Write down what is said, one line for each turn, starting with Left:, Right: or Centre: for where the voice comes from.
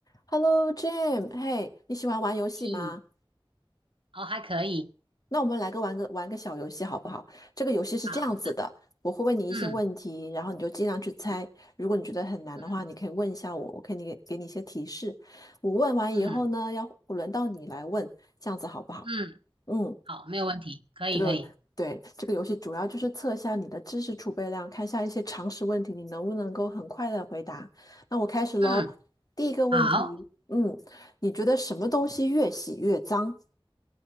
Left: Hello Jim，嘿，你喜欢玩游戏吗？
Right: 嗯，哦，还可以，
Left: 那我们来个玩个玩个小游戏好不好？这个游戏是这样子的，
Right: 好，
Left: 我会问你一些问题，
Right: 嗯
Left: 然后你就尽量去猜。
Right: 嗯
Left: 如果你觉得很难的话，
Right: 嗯
Left: 你可以问一下我，我可以给给你一些提示。我问完以后呢，
Right: 嗯
Left: 要轮到你来问，这样子好不好？
Right: 嗯，
Left: 嗯，
Right: 好，没有问题，可以可以，
Left: 这个对这个游戏主要就是测一下你的知识储备量，看一下一些常识问题，你能不能够很快的回答。那我开始喽，
Right: 嗯，
Left: 第一个问题，
Right: 好，
Left: 嗯，你觉得什么东西越洗越脏？